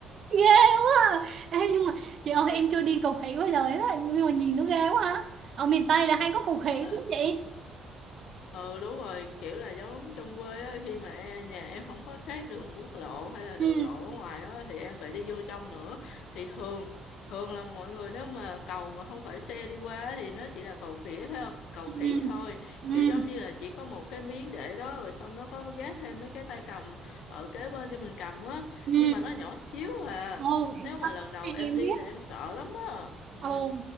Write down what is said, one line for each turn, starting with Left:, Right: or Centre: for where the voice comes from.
Right: ghê quá à. Ê, nhưng mà chị ơi em chưa đi cầu khỉ bao giờ hết á nhưng mà nhìn nó ghê quá à. ở miền Tây là hay có cầu khỉ
Left: Ờ,
Right: đúng không chị
Left: ừ đúng rồi kiểu là giống trong quê á khi mà em, nhà em không có sát đường quốc lộ hay là
Right: ừ
Left: đường lộ ở ngoài á thì em phải đi vô trong nữa thì thường thường là mọi người nếu mà cầu mà không phải xe đi qua thì nó chỉ là cầu khỉ thôi cầu
Right: ừ
Left: khỉ thôi
Right: ừ
Left: kiểu giống như là chỉ có một cái miếng để đó rồi xong nó có gác thêm mấy cái tay cầm ở kế bên cho mình cầm á
Right: ừ
Left: nhưng mà nó nhỏ xíu à
Right: ồ
Left: nếu mà lần đầu em
Right: em
Left: đi
Right: biết
Left: là em sợ lắm á ừ
Right: ồ